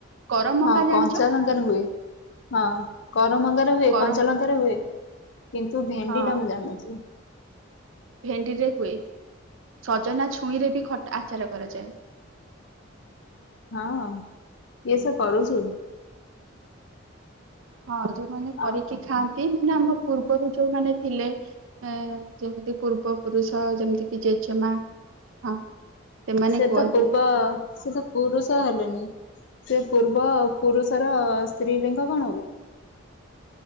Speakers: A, on the right; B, on the left.
A: କରମଙ୍ଗା
B: ହଁ କଞ୍ଚା
A: ଜାଣିଛ
B: ଲଙ୍କାରେ ହୁଏ ହଁ କରମଙ୍ଗାରେ ହୁଏ
A: କର
B: କଞ୍ଚା ଲଙ୍କାରେ ହୁଏ। କିନ୍ତୁ ଭେଣ୍ଡି
A: ହଁ
B: ଟା ମୁଁ ଜାଣି ନଥିଲି।
A: ଭେଣ୍ଡି ରେ ହୁଏ ସଜନା ଛୁଇଁରେ ବି ଖଟ ଆଚାର କରାଯାଏ।
B: ହଁ କିଏ ସବ କରୁଛି?
A: ହଁ ଯୋଉମାନେ କରିକି
B: ଆଉ
A: ଖାଆନ୍ତି ମାନେ ଆମ ପୂର୍ବରୁ ଯୋଉମାନେ ଥିଲେ। ଏ ଯେମିତି ପୂର୍ବ ପୁରୁଷ ଯେମିତି କିି ଜେଜେମା ହଁ। ସେମାନେ
B: ସେ
A: କୁହନ୍ତି
B: ତ ପୂର୍ବ ସେ ତ ପୁରୁଷ ହେଲେଣିି। ସେ ପୂର୍ବ ପୁରୁଷର ସ୍ତ୍ରୀ ଲିଙ୍ଗ କଣ ହବ?